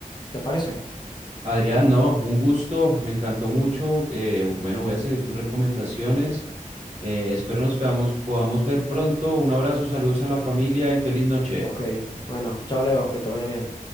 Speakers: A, on the left; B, on the right.
A: ¿Te parece?
B: Adrián, no, un gusto, me encantó mucho. eh, bueno, voy a seguir tus recomendaciones. eh, espero nos podamos, podamos ver pronto. Un abrazo, saludos a la familia y feliz noche.
A: Ok, bueno, chao, Leo, que te vaya bien.